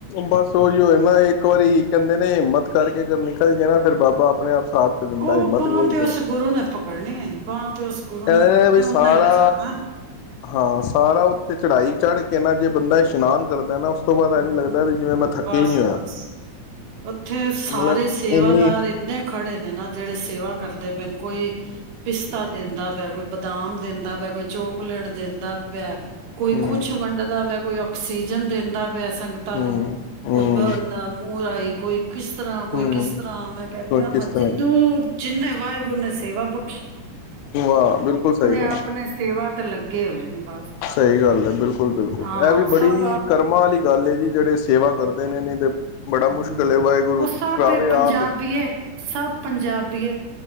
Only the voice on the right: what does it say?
ਉਹ
ਭਾਂ
ਤੇ ਉਸ ਗੁਰੂ ਨੇ ਪਕੜਨੀ ਐ। ਬਾਂਹ ਤੇ ਉਸ ਗੁਰੂ
ਪਕੜਨੀ
ਉਹਨੇ ਲਿਜਾਣਾ
ਹਮ
ਬਸ
ਬਸ ਉੱਥੇ ਸਾਰੇ
ਸੇਵਾਦਾਰ
ਇੰਨੇ ਖੜੇ ਨੇ ਨਾ ਜਿਹੜੇ ਸੇਵਾ ਕਰਦੇ ਪਏ ਕੋਈ ਪਿਸਤਾ ਦਿੰਦਾ ਵੈ ਕੋਈ ਬਦਾਮ ਦਿੰਦਾ ਵੈ ਕੋਈ ਚੋਕਲੇਟ ਦਿੰਦਾ ਪਿਆ,
ਕੋਈ ਕੁੱਛ ਵੰਡਦਾ ਵੈ ਕੋਈ ਕੁਛ ਆਕਸੀਜਨ ਦਿੰਦਾ ਪਿਆ ਸੰਗਤਾਂ
ਨੂੰ
ਵ ਨਾ ਮੂੰਹ ਲਾਈ ਕੋਈ ਕਿਸ ਤਰ੍ਹਾਂ ਕੋਈ
ਕਿਸ ਤਰ੍ਹਾਂ ਮੈਂ ਕਹਿੰਦੀ
ਹਾਂ
ਜਿਹਨੂੰ ਜਿੰਨੇ ਵਾਹਿਗੁਰ ਨੇ ਸੇਵਾ ਬ
ਆਪਣੇ ਸੇਵਾ ਤੇ ਲੱਗੇ ਹੋਏ ਨੇ ਬਸ
ਹਾਂ
ਸਭ ਆ-
ਹਾਂ,
ਉਹ ਸਭ
ਏ ਪੰਜਾਬੀਏ
ਸਭ ਪੰਜਾਬੀਏ